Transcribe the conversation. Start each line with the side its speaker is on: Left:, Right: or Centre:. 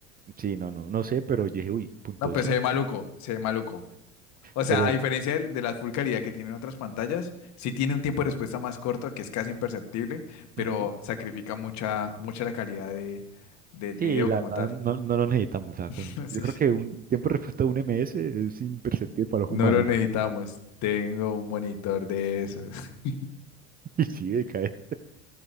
Right: sí, no, no, no sé, pero yo dije, uy, punto
Left: No, pues
Right: .5.
Left: se ve maluco, se ve maluco. O sea,
Right: Pero,
Left: a diferencia de de, la Full calidad que tienen otras pantallas, sí tiene un tiempo de respuesta más corto que es casi imperceptible, pero
Right: ujú,
Left: sacrifica mucha, mucha la calidad de, del video
Right: Sí, la
Left: como
Right: verdad
Left: tal.
Right: no, no lo necesitamos. O sea,
Left: <laughs>
Right: con-
Left: Sí.
Right: yo creo que un tiempo de respuesta de un MS es imperceptible para los
Left: No
Right: humanos.
Left: lo necesitamos.
Right: o sea,
Left: Tengo un monitor de esos. <laughs>
Right: <laughs> y sí, decae.